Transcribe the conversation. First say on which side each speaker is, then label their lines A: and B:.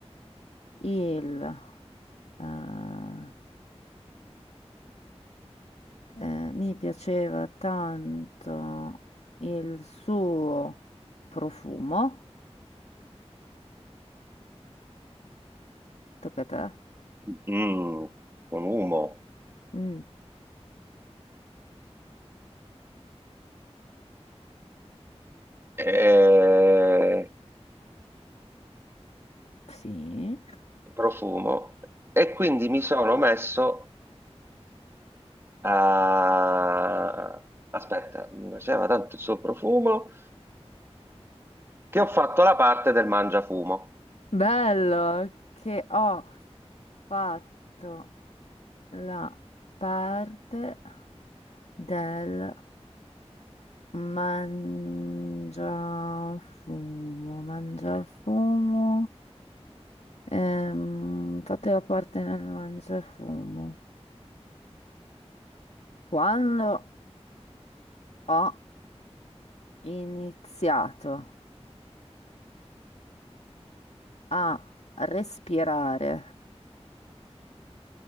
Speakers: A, on the left; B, on the right.
A: il Ah, eh, mi piaceva tanto il suo profumo. Tocca a te.
B: Mm, con umo
A: Mm,
B: e
A: sì.
B: profumo, e quindi mi sono messo a... Aspetta, mi piaceva tanto il suo profumo che ho fatto la parte del mangiafumo.
A: Bello che ho fatto la parte del mangiafumo. Mangiafumo. Ehm, fate la parte nel mangiafumo. Quando ho iniziato a respirare